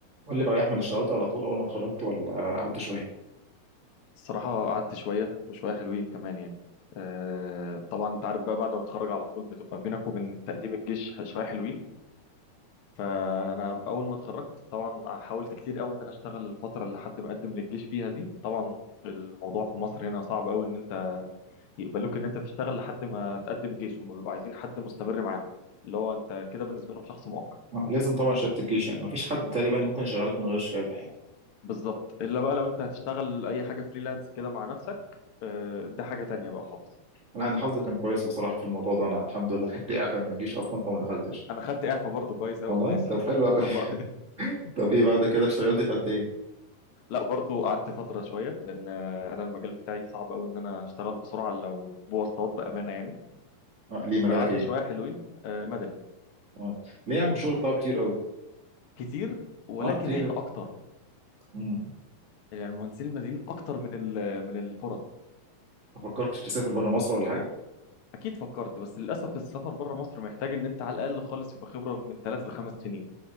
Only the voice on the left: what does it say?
الصراحة قعدت شوية وشوية حلوين كمان يعني آه طبعا انت عارف بقى بعد ما اتخرج على طول بتبقى بينك وبين تقديم الجيش شوية حلوين فأنا أول ما اتخرجت طبعا حاولت كتير قوي إن أنا أشتغل الفترة اللي حد مقدم للجيش فيها دي طبعا الموضوع في مصر هنا صعب قوي إن أنت يقبلوك إن أنت تشتغل لحد ما تقدم جيش هم بيبقوا عايزين حد مستمر معاهم اللي هو أنت كده بالنسبة لهم شخص مؤقت
بالظبط إلا
بقى لو أنت هتشتغل أي حاجة فريلانس كده مع نفسك آه ده حاجة تانية بقى خالص
انا خدت اعفاء برضو كويس قوي
ماشي
<laughs>
والله
لا برضو قعدت فتره شويه لان انا المجال بتاعي صعب قوي ان انا اشتغل بسرعه لو بواسطات بامانه يعني
فقعدت
شويه حلوين آه، مدني
كتير ولكن
احنا
اكتر
يعني المهندسين المدنيين اكتر من ال- من الفرص
اكيد فكرت بس للاسف السفر بره مصر محتاج ان انت على الاقل خالص يبقى خبره من ثلاث لخمس سنين